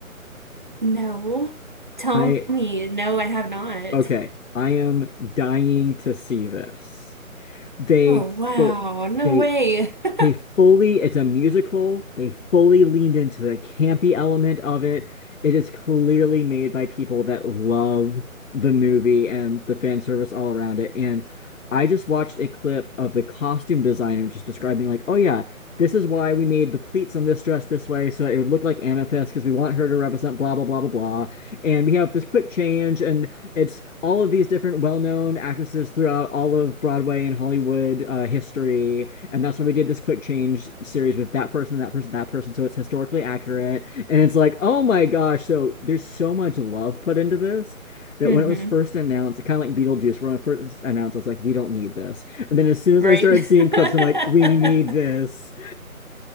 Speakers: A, on the right; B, on the left.
A: No. Tell
B: I,
A: me. No, I have not.
B: okay, I am dying to see this. They
A: Oh,
B: full,
A: wow. No
B: they
A: way. <laughs>
B: They fully, it's a musical. They fully leaned into the campy element of it. It is clearly made by people that love the movie and the fan service all around it. And I just watched a clip of the costume designer just describing, like, oh yeah, this is why we made the pleats on this dress this way so it would look like Amethyst because we want her to represent blah, blah, blah, blah, blah. And we have this quick change, and it's all of these different well-known actresses throughout all of Broadway and Hollywood uh, history and that's why we did this quick change series with that person, that person, that person. So it's historically accurate. And it's like, oh my gosh. So there's so much love put into this that
A: hmm
B: when it was first announced, kind of like Beetlejuice, when it first announced, I was like, we don't need this. And then as soon as
A: Right.
B: I started seeing
A: <laughs>
B: clips, I'm like, we need this.